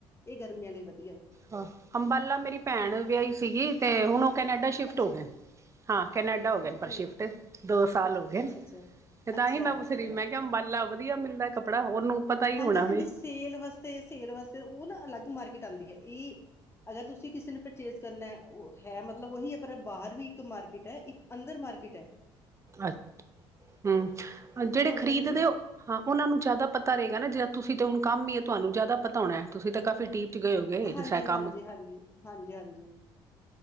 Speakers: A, on the left; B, on the right.
A: ਇਹ ਗਰਮੀਆਂ ਲਈ ਵਧੀਆ
B: ਹਾ, ਅੰਬਾਲਾ ਮੇਰੀ ਭੈਣ ਵਿਆਹੀ ਸੀਗੀ ਤੇ ਹੁਣ ਉਹ ਕੈਨੇਡਾ ਸ਼ਿਫਟ
A: ਅੱਛਾ
B: ਹੋ ਗਏ। ਹਾਂ ਕੈਨੇਡਾ ਹੋ ਗਏ
A: ਓਕੇ
B: ਪਰ ਸ਼ਿਫਟ ਦੋ ਸਾਲ ਹੋ ਗਏ
A: ਅੱਛਾ-ਅੱਛਾ,
B: ਨੇ ਤੇ
A: ਅੱਛਾ ਅੱਛਾ
B: ਤਾਂਹੀ ਮੈਂ ਪੁੱਛ ਰਹੀ
A: ਵੈਰੀ
B: ਸੀ ਮੈਂ
A: ਗੁੱਡ।
B: ਕਿਹਾ ਅੰਬਾਲਾ ਵਧੀਆ ਮਿਲਦਾ ਕੱਪੜਾ ਉਹਨੂੰ ਪਤਾ ਹੀ
A: ਹਾਂਜੀ-ਹਾਂਜੀ
B: ਹੋਣਾ ਵੇ।
A: ਸੇਲ ਵਾਸਤੇ-ਸੇਲ ਵਾਸਤੇ ਉਹ ਨਾ ਅਲੱਗ ਮਾਰਕੀਟ ਆਉਂਦੀ ਆ ਇ ਅਗਰ ਤੁਸੀਂ ਕਿਸੇ ਨੇ ਪਰਚੇਸ ਕਰਨਾ ਉਹ ਹੈ ਮਤਲਬ ਉਹੀ ਹੈ ਪਰ ਬਾਹਰ ਵੀ ਇੱਕ ਮਾਰਕੀਟ ਹੈ ਇੱਕ ਅੰਦਰ ਮਾਰਕੀਟ ਹੈ
B: ਅੱ ਹਮ ਜਿਹੜੇ
A: ਉਹ ਅੰਦਰ
B: ਖ਼ਰੀਦਦੇ
A: ਹੁੰਦੀ ਐ।
B: ਉਹ ਹਾਂ ਉਹਨਾ ਨੂੰ ਜ਼ਿਆਦਾ ਪਤਾ ਰਹੇਗਾ ਨਾ ਜੇੜਾ ਤੁਸੀਂ ਤੇ ਹੁਣ ਕੰਮ ਹੀ ਤੁਹਾਨੂੰ ਜ਼ਿਆਦਾ ਪਤਾ ਹੋਣਾ ਹੈ ਤੁਸੀਂ ਤਾਂ ਕਾਫ਼ੀ ਡੀਪ ਗਏ ਹੋਗੇ ਜਿਸਤਰਾ
A: ਹਾਂਜੀ-ਹਾਂਜੀ,
B: ਇਹ ਕੰਮ
A: ਹਾਂਜੀ, ਹਾਂਜੀ-ਹਾਂਜੀ